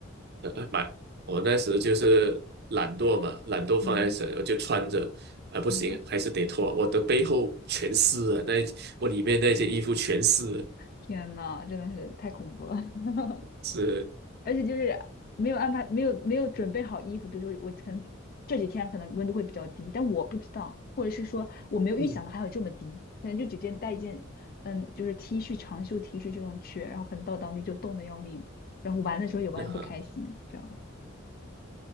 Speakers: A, on the right; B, on the left.
A: 呃，呃买，我那时就是懒惰嘛，懒惰放在身，
B: 嗯
A: 我就穿着，啊、不行，
B: 嗯，
A: 还是得脱，我的背后全湿了，那一我里面那些衣服全湿了，
B: 天呐，真的是太恐怖了。<laughs>
A: 是，
B: 而且就是没有安排，没有没有准备好衣服，比如说我可能这几天可能温度会比较低，但我不知道，或者是说我没有预想到还有这么低，
A: 嗯，
B: 可能就直接带一件嗯，就是 T 恤长袖 T 恤这种去，然后可能到当地就冻得要命，然后玩的时候也玩的不开心，
A: 啊、
B: 这样。